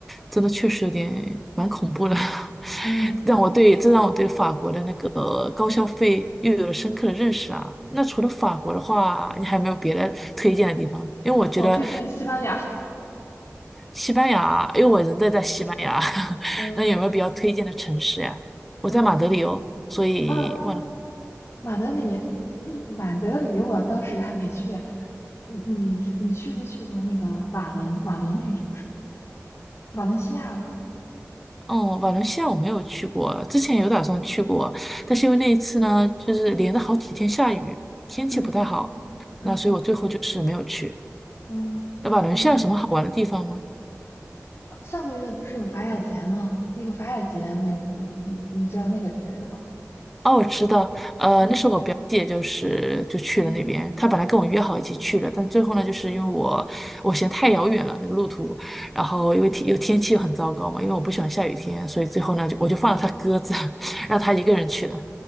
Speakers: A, in the centre; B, on the left.
A: 真的确实有点蛮恐怖的，<laughs>
B: 嗯，
A: 让我对这让我对法国的那个高消费又有了深刻的认识啊。那除了法国的话，
B: 嗯
A: 你还有没有别的推荐的地方？因为我觉得
B: 我推荐西班牙。
A: 西班牙，因为我人在在西班牙，<laughs>
B: 嗯
A: 那有没有比较推荐的城市呀？我在马德里哦，
B: 嗯
A: 所以忘了。
B: 啊，马德里，呃马德里，我当时还没去。你你是你去没去过那个瓦伦瓦伦那个城市？瓦伦西亚吗？
A: 哦，瓦伦西亚我没有去过，之前有打算去过，但是因为那一次呢，就是连着好几天下雨，
B: 嗯
A: 天气不太好，
B: 嗯嗯
A: 那所以我最后就是没有去。
B: 嗯呃，
A: 那瓦伦西亚有什么好玩的地方吗？
B: 上个月不是有法雅节吗？那个法雅节你有你你你知道那个节日吗？是，
A: 哦，我知道，呃，
B: 嗯
A: 那时候我表姐就是就去了那边，
B: 嗯
A: 她本来跟我约好一起去的，
B: 嗯
A: 但最后呢，就是因为我我嫌太遥远了那个路途，然后因为天又天气又很糟糕嘛，
B: 嗯。
A: 因为我不喜欢下雨天，所以最后呢，就我就放了她鸽子，<laughs> 让她一个人去了。